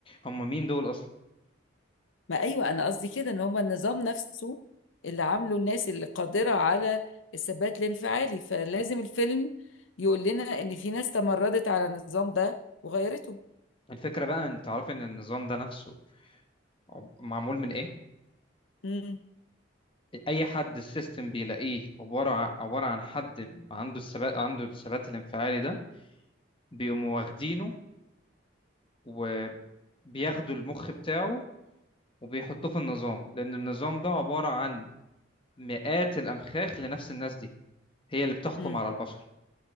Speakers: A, on the left (about 25°); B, on the left (about 75°).
A: هم مين دول اصلا
B: ما أيوة أنا قصدي كده إن هما النظام نفسه اللي عامله الناس اللي قادرة على الثبات الانفعالي فلازم الفيلم يقول لنا إن في ناس تمردت على النظام ده وغيرته
A: الفكره بقى انت عارف ان النظام ده نفسه عب- معمول من ايه
B: امم
A: اي حد السيستم بيلاقيه عباره ع- عباره عن حد عنده الثبات عنده الثبات الانفعالي ده بيقوموا واخدينه وبياخدوا المخ بتاعه وبيحطوه في النظام لان النظام ده عباره عن مئات الامخاخ لنفس الناس دي هي اللي بتحكم
B: امم
A: على البشر